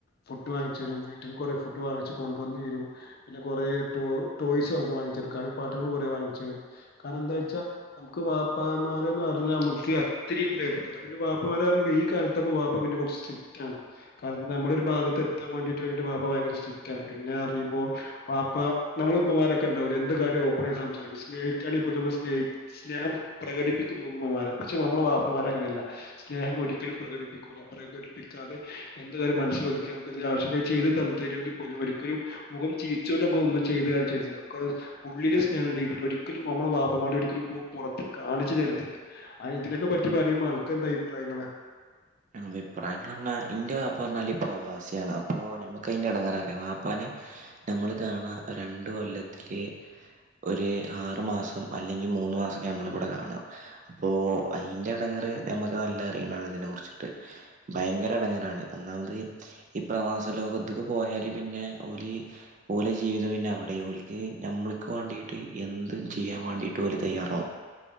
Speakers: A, on the left; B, on the right.
A: ഫുഡ് വാങ്ങിച്ച് തരും വീട്ടിൽ കുറെ ഫുഡ് വാങ്ങിച്ച് കൊണ്ടുവന്നു തരും പിന്നെ കുറെ ടോയ്സ് ഞങ്ങൾക്ക് വാങ്ങി തരും കളിപ്പാട്ടങ്ങള് കുറേ വാങ്ങി കാരണം എന്താ വെച്ചാ നമുക്ക് വാപ്പാമാരന്ന് പറഞ്ഞാൽ നമുക്ക് അത്രയും പ്രിയപ്പെട്ടത് പിന്നെ വാപ്പമാരെ പറയുമ്പോ ഈ കാലത്ത് വാപ്പ പിന്നെ കുറച്ച് സ്ട്രിക്റ്റ് ആണ് കാരണം നമ്മുടെ ഒരു ഭാഗത്ത് എത്താൻ വേണ്ടിട്ട് വാപ്പ ഭയങ്കര സ്ട്രിക്റ്റ് ആണ് പിന്നെ അറിയുമ്പോ വാപ്പ നമ്മൾ ഉമ്മമാരൊക്കെ ഉണ്ടാവില്ലേ എന്ത് കാര്യം ഓപ്പൺ ആയിട്ട് സംസാരിക്കും സ്നേഹിക്കാണെൽ പോലും നമ്മൾ സ്നേഹ സ്നേഹം പ്രകടിപ്പിക്കും ഉമ്മമാരെ പക്ഷെ നമ്മൾ വാപ്പമാരെ അങ്ങനെയല്ല സ്നേഹം ഒരിക്കലും പ്രകടിപ്പിക്കൂല്ല പ്രകടിപ്പിക്കാതെ എന്ത് കാര്യം മനസ്സിൽ ഒതുക്കി നമുക്ക് ഇതിൽ ആവശ്യുണ്ടെ ചെയ്ത് തരുമെങ്കിൽ പോലും ഒരിക്കലും മുഖം ചിരിച്ചുകൊണ്ട് നമുക്ക് ഒന്നും ചെയ്ത് കാണിച്ചു തരത്തില്ല ഉള്ളിലെ സ്നേഹം ഉണ്ട് അതിൽ ഒരിക്കലും നമ്മുടെ വാപ്പമാർ ഒരിക്കലും പുറത്ത് കാണിച്ചു തരത്തില്ല ഇതിനക്കെ പറ്റി പറയുമ്പോ നിനക്കെന്താ അഭിപ്രായങ്ങള്
B: അഭിപ്രായങ്ങളെന്ന് പറഞ്ഞാ ഇന്റെ വാപ്പാന്ന് പറഞ്ഞാല് പ്രവാസിയാണ് അപ്പോൾ നമുക്ക് അതിൻ്റെ ഇടങ്ങേർ അറിയാം വാപ്പാനെ നമ്മൾ കാണാ രണ്ട് കൊല്ലത്തിൽ ഒരു ആറു മാസം അല്ലെങ്കിൽ മൂന്ന് മാസമൊക്കെ നമ്മളിവിടെ കാണാം അപ്പോൾ അതിൻ്റെ ഇടങ്ങേറ് നമുക്ക് നല്ല അറിയുന്നാണ് ഇതിനെ കുറിച്ച് ഭയങ്കര ഇടങ്ങേറാണ് ഒന്നാമത് ഈ പ്രവാസ ലോകത്തേക്ക് പോയാല് പിന്നെ ഒരു ഓലെ ജീവിതം പിന്നെ അവിടെ ഓല്ക്ക് നമ്മൾക്ക് വേണ്ടിട്ട് എന്തും ചെയ്യാൻ വേണ്ടിട്ട് ഓല് തയ്യാറാവും